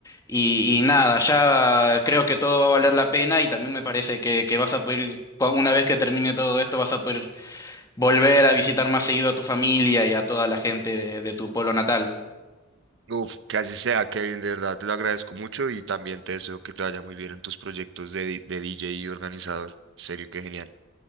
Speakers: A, on the left; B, on the right.
A: y, y nada, ya creo que todo va a valer la pena y también me parece que, que vas a poder, ir- cua- una vez que termine todo esto, vas a poder volver a visitar más seguido a tu familia y a toda la gente de de tu pueblo natal.
B: Uf, que así sea, Kevin, de verdad, te lo agradezco mucho y también te deseo que te vaya muy bien en tus proyectos de, di- de DJ y organizador. En serio, qué genial.